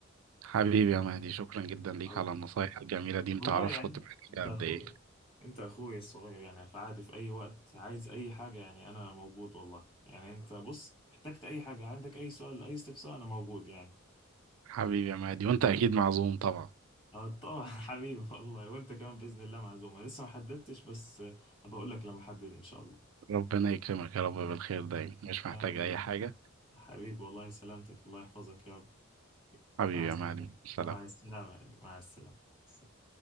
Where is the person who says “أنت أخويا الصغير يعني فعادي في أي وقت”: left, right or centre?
Left